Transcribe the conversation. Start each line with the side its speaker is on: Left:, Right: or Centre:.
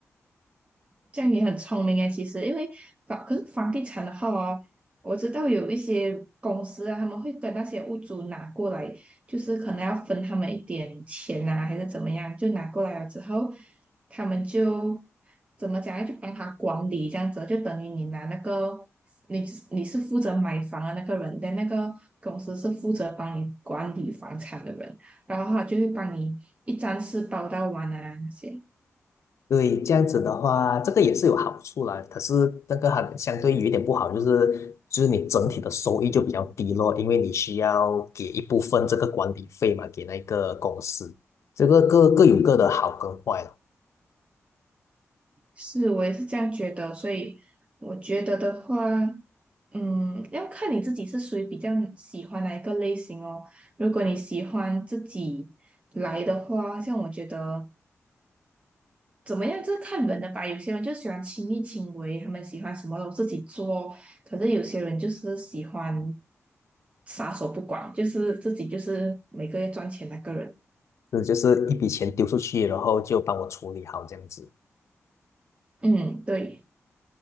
Right: 这样也很聪明诶，其实因为房可是房地产的话哦，我知道有一些公司啊，他们会跟那些屋主拿过来，就是可能要分他们一点钱啊，还是怎么样，就拿过来了之后，他们就怎么讲，要去帮他管理这样子，就等于你拿那个你你是负责买房的那个人，但那个公司是负责帮你管理房产的人，然后他就会帮你一站式包到完啊那些。
Left: 对，这样子的话，这个也是有好处啦。可是那个还相对有一点不好，就是就是你整体的收益就比较低咯，因为你需要给一部分这个管理费嘛，给那个公司。这个各各有各的好跟坏了，
Right: 是，我也是这样觉得，所以我觉得的话，嗯，要看你自己是属于比较喜欢哪一个类型哦。如果你喜欢自己来的话，像我觉得怎么样，就是看人的吧。有些人就喜欢亲力亲为，他们喜欢什么都自己做；可是有些人就是喜欢撒手不管，就是自己就是每个月赚钱那个人。
Left: 这就是一笔钱丢出去，然后就帮我处理好这样子。
Right: 嗯，对。